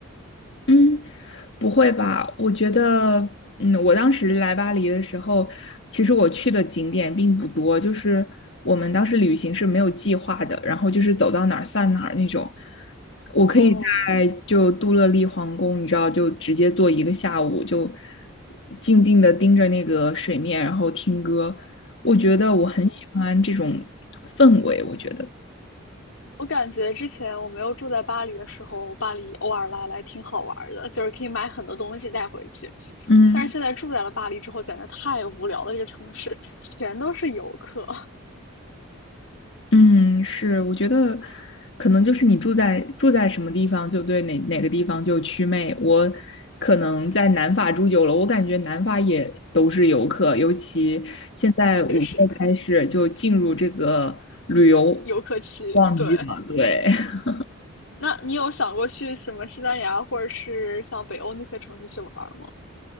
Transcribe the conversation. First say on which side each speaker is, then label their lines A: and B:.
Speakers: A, on the left; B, on the left.
A: 嗯，不会吧？我觉得，嗯，我当时来巴黎的时候，其实我去的景点并不多，就是我们当时旅行是没有计划的，然后就是走到哪儿算哪儿那种。我可以在就杜乐丽皇宫，
B: 哦，
A: 你知道，就直接坐一个下午，就静静的盯着那个水面，然后听歌。我觉得我很喜欢这种氛围，
B: 嗯
A: 我觉得，
B: 我感觉之前我没有住在巴黎的时候，巴黎偶尔来来挺好玩的，就是可以买很多东西带回去。
A: 嗯。
B: 但是现在住在了巴黎之后，简直太无聊了。这个城市全都是游客，
A: 嗯，是，我觉得可能就是你住在住在什么地方，就对哪哪个地方就祛魅。我可能在南法住久了，我感觉南法也都是游客，尤其现在五月开始就进入这个旅游
B: <laughs> 确实游客气，
A: 旺季了。
B: 对。
A: 对，<laughs>
B: 那你有想过去什么西班牙或者是像北欧那些城市去玩儿吗？